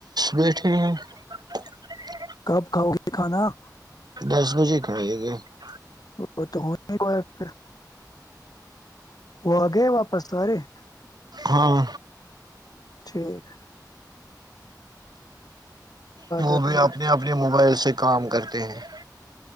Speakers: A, on the right (about 65°); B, on the left (about 60°).
A: بیٹھے ہیں <unintelligible>
B: کب کھاؤ گے کھانا <unintelligible>
A: دس بجے ہی کھائیے گے <unintelligible>
B: وہ تو ہونے ہوا پھر وہ آ گئے واپس آارے <unintelligible>
A: ہاں
B: ٹھیک ہے <unintelligible>
A: ج <inaudible> وہ
B: ہے
A: بھی اپنے اپنے موبائل سے <unintelligible> کام کرتے ہیں <unintelligible>